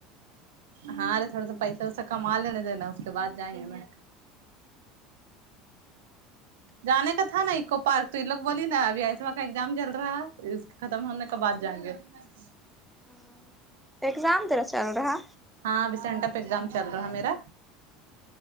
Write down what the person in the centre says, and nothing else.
ہاں اگزام تیرا چل رہا